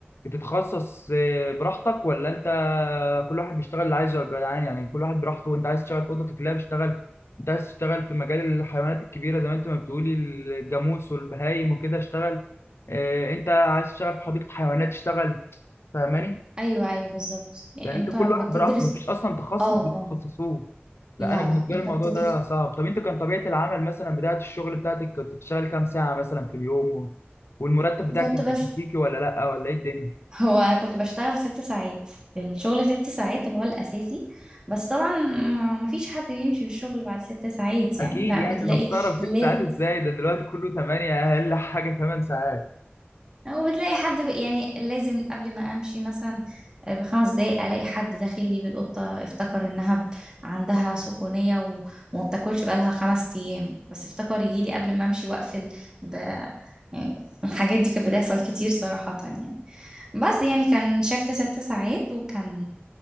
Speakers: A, on the left (about 80°); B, on the right (about 20°).
A: بتتخصص آه، براحتك ولا انت كل واحد بيشتغل اللي عايزه يا جدعان يعني كل واحد براحته انت عايز تشتغل في اوضه الكلاب اشتغل انت عايز تشتغل في مجال الحيوانات الكبيره زي ما انت ما بتقولي الجاموس والبهايم وكده اشتغل آه، انت عايز تشتغل في حديقه حيوانات اشتغل فاهماني
B: ايوه ايوه بالظبط يعني
A: يعني
B: انت
A: انت كل
B: بتدرس
A: واحد براحته مفيش اصلا تخصص
B: اه
A: بتتخصصوه
B: اه
A: لا
B: لا
A: انا بالنسبه
B: لا انت
A: لي الموضوع
B: بتدرس
A: ده صعب طب انت كان طبيعه العمل مثلا بدايه الشغل بتاعتك كنت بتشتغل كام ساعه مثلا في اليوم و- والمرتب بتاعك
B: كنت
A: كان بيكفيكي
B: بش
A: ولا لا ولا ايه الدنيا
B: هو كنت بشتغل ست ساعات الشغل ست ساعات اللي هو الاساسي بس طبعا ما ما فيش حد بيمشي بالشغل بعد ست ساعات
A: اكيد
B: يعني لا
A: يعني
B: بتلاقي
A: انا مستغرب ست
B: لازم
A: ساعات ازاي ده دلوقتي كله 8 اقل حاجه 8 ساعات
B: وبتلاقي حد ب- يعني لازم قبل ما امشي مثلا آه، بخمس دقايق الاقي حد داخل لي بالقطه افتكر انها ب- عندها سخونيه و... وما بتاكلش بقالها خمس ايام بس افتكر يجي لي قبل ما امشي واقفل ب... يعني الحاجات دي كانت بتحصل كتير صراحه يعني بس يعني كان شفت ست ساعات وكان